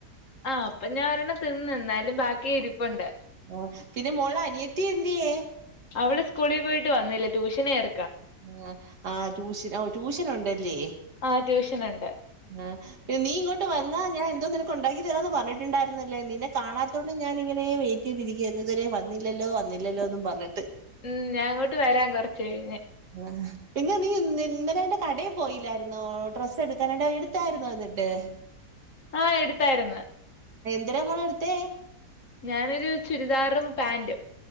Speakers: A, on the left; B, on the right.
A: ആഹ് അപ്പൊ ഞാൻ ഒരെണ്ണം തിന്ന് ന്നാലും ബാക്കി ഇരിപ്പുണ്ട്
B: ഓ പിന്നെ മോള അനിയത്തി എന്ത്യേ
A: അവള് സ്കൂളിൽ പോയിട്ട് വന്നില്ല ട്യൂഷനേർ
B: ആഹ് ആഹ് ട്യൂഷൻ ഓ ട്യൂഷനുണ്ടല്ലേ
A: ആഹ് ട്യൂഷനുണ്ട്
B: ആ പിന്നെ നീ ഇങ്ങോട്ട് വന്നാ ഞാൻ എന്തോനിന ക്കുണ്ടാക്കി തരാന്ന് പറഞ്ഞിട്ടുണ്ടായിരുന്നല്ലോ നിന്നെ കാണതോണ്ട് ഞാന്ങ്ങനേ വെയിറ്റ് ചെയ്തിരിക്കായ്രുന്നു ഇതുവരെ വന്നില്ലല്ലോ വ ന്നില്ലല്ലോന്നും പർഞ്ഞിട്ട്
A: ഉം ഞാങ്ങോട്ട് വരാ കൊർച്ച് കഴിഞ്ഞ്
B: <unintelligible> പിന്നെ നീ ഇന്നലേറ്റെ കടേ പോയില്ലായിരുന്നോ ഡ്രസ് എടുക്കാനായിട്ട് എടുത്തായിരുന്നോ അത്‌ ന്ന്ട്ട്
A: ആഹ് എടുത്തായിരുന്ന്
B: <unintelligible> എടുത്തേ
A: ഞാനൊരു ചുരിദാറും പാന്റും